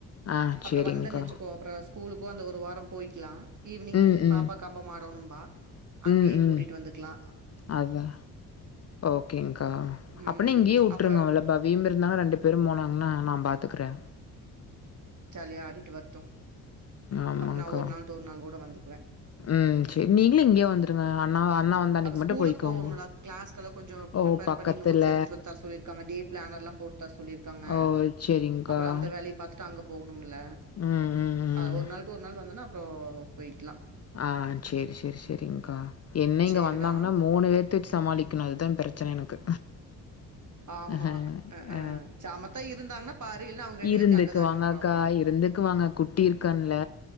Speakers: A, on the left (about 35°); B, on the right (about 40°).
A: ஆ
B: அப்புற
A: சேரிங்க்கா
B: வந்தன்னு வச்சுகோ அப்ற ஸ்கூல் ளுக்கோ அந்த ஒரு வாரம் போய்க்கிலா ஈவ்னிங்
A: ம் ம்
B: பாப்பா கம்பம் ஆடோனும்பா அங்கேயு
A: ம் ம்
B: கூட்டிட்டு வந்துக்கலா
A: அதா ஓகேங்க்கா
B: ம்
A: அப்பனா இங்கே வுட்டுருங்க
B: அப்புறம்
A: அவள பவியு இருந்தான்னா ரெண்டு பேரு போனாங்னா நா பாத்துக்குறே
B: ஜாலிய ஆடிட்டு வரட்டு
A: ஆமாங்க்கா
B: அப்ப நா ஒரு நாள் டு ஒரு நாள் கூட வந்து குவ
A: ம் சேரி நீங்களு இங்கயே வந்துருங்க அண்ணா அண்ணா வந்த அன்னைக்கு
B: அவ
A: மட்டு
B: ஸ்கூலுக்
A: போய்க்கோங்க
B: போவோம்மில்டா கிளாஸ்கெல்லா கொஞ்சோ
A: ஓ
B: பிரிப்பேர்
A: பக்கத்துல
B: பண்ணி நோட்ஸ் எடுத்துட்டு வந்து தர சொல்லிருக்காங்க டே பிளான் எல்லா போட்டு தர சொல்லிருக்காங்க
A: ஓ சேரிங்க்கா
B: அப்புற அந்த வேலைய பாத்துட்டு அங்க போணு இல்ல
A: ம் ம் ம்
B: ஆ ஒரு நாள் டடூ ஒரு நாள் வந்தனா அப் போ போய்க்கலா
A: ஆ சேரி சேரி சேரிங் க்கா என்ன இங்க
B: சரிடா
A: வந்தாங்னா மூணு பேத்த வச்சு சமாளிக்கணு அதுதா பிரச்சன எனக்கு
B: ஆமா
A: ஆ அ ஹ
B: அ
A: ஆ
B: சாமத்தா இருந்தாங்கன்னா பாரு இல்லைன்னா அவங்க ரெண்டு
A: இருந்துக்கு
B: பேத்தையும் அங்க தாட்டி
A: வாங்கக்கா
B: விட்டுரும் அவ்வளோதான்
A: இருந்துக்கு வாங்க குட்டி இருக்கான்ல